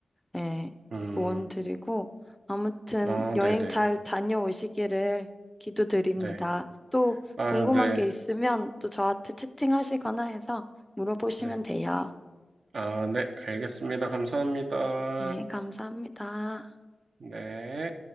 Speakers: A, in the centre; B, on the right.
A: 예,
B: 음,
A: 조언 드리고 아무튼
B: 아,
A: 여행
B: 네네. 네.
A: 잘 다녀오시기를 기도드립니다.
B: 네.
A: 또
B: 아,
A: 궁금한
B: 네.
A: 게 있으면 또 저한테 채팅하시거나 해서 물어보시면
B: 네.
A: 돼요.
B: 아, 네. 알겠습니다. 감사합니다.
A: 예, 감사합니다.
B: 네.